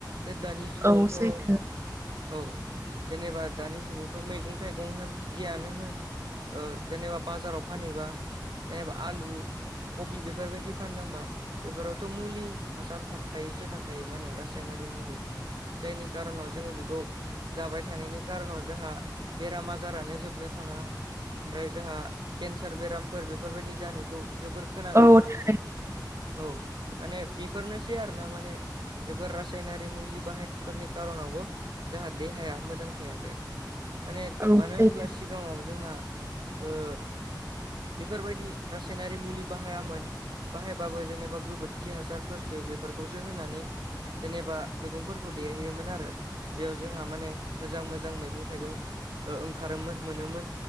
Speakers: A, on the right (about 75°); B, on the right (about 35°).
A: दोद दानि जुगावथ'
B: औ सैथो
A: औ जेनेबा दानि जुगावथ' मैगं थाइगं होन जियानो होन ओ जेनेबा बाजाराव फानहैबा जेनेबा आलु कबि बेफोर बायदि फानदोंबा बेफोरावथ' मुलि हासार थाखायोसो थाखायो माने रासायनारि मुलि जायनि खारनाव जोङो बेखौ जाबाय थानायनि कारनाव जाहा बेराम आजारानो जोबनो थाङा ओमफ्राय जाहा केन्सार बेरामफोर बेफोरबायदि जानायखौ जोबोर खोनानो
B: औ
A: मोनो
B: थारैनो
A: औ माने बेफोरनोसै आरो ना माने बेफोर रासायनारि मुलि बाहायफोरनि कार'नावबो जाहादे हाया मोजां थायाखै माने
B: औ
A: मानो
B: सैथो
A: होनब्ला सिगाङाव जोंहा ओ बेफोरबायदि रासायनारि मुलि बाहायामोन। बाहायबाबो जेनेबा गोबोरखि हासारफोरसो बेफोरखौसो होनानै जेनेबा मैगंफोरखौ देरहैयोमोन आरो। बेयाव जोंहा माने मोजां मोजां मैगं थाइगं ओ ओंखारोमोन मोनोमोन।